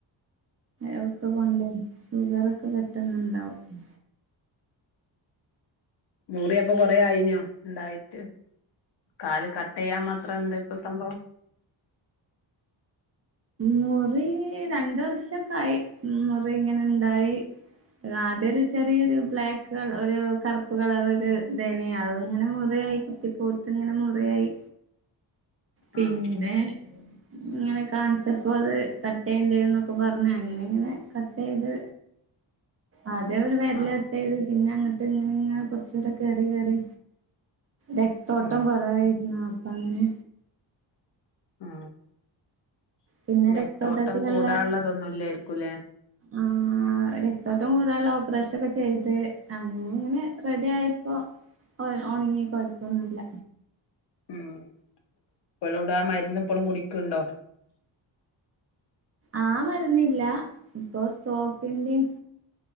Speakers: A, on the right; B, on the left.
A: അതൊക്കെ കൊണ്ട് ഷുഗറൊക്കെ പെട്ടെന്നുണ്ടാവും
B: മുറിയപ്പൊ കൊറെയായിനോ ഉണ്ടായിട്ട് കാല് കട്ട് ചെയ്യാൻ മാത്രം എന്താ ഇപ്പ സംഭവം
A: മുറി രണ്ട് വർഷൊക്കെ ആയി മുറി ഇങ്ങനെ ഇണ്ടായി ആദ്യ ഒരു ചെറിയൊരു ബ്ലാക്ക് ഒരു കറുപ്പ് കളർ ഒരു ഇതനെയ അത് ഇങ്ങനെ മുറി ആയി ത്തി പോത്ത് ഇങ്ങനെ മുറിയായി പിന്നെ
B: ആഹ്
A: ഇങ്ങനെ കാണിച് അപ്പോ അത് കട്ട് ചെയ്യേണ്ടന്നൊക്കെ പറഞ്ഞ അങ്ങനെ അങ്ങനെ കട്ട് ചെയ്ത് ആദ്യം ഒരു വിരലു
B: ആഹ്
A: കട്ട് ചെയ്ത് പിന്നെ അങ്ങട്ട് ഇങ്ങനെ ഇങ്ങനെ കൊറച്ചുകൂടെ കേറി കേറി രക്തോട്ടം
B: ആഹ്
A: കുറവായിരുന്നു അപ്പൊ അങ്ങനെ
B: ആ
A: പിന്നെ
B: രക്തോട്ടം
A: രക്തോട്ടത്തിനുള്ള
B: കൂടാനുള്ളതൊന്നുമല്ലായിരിക്കൂല്ലേ
A: ആഹ് ആ രക്തോട്ടം കൂടാനുള്ള ഓപ്പറേഷൻ ഒക്കെ ചെയ്ത് അങ്ങനെ ഇങ്ങനെ റെഡി ആയിപ്പോ ഉണങ്ങി കുഴപ്പൊന്നുമില്ല
B: ഉം ഇപ്പോളും ഇവിട ആ മരുന്ന് ഇപ്പോളും കുടിക്കണ്ടോ
A: ആ മരുന്നില്ല ഇപ്പൊ സ്ട്രോക്കിന്റെയും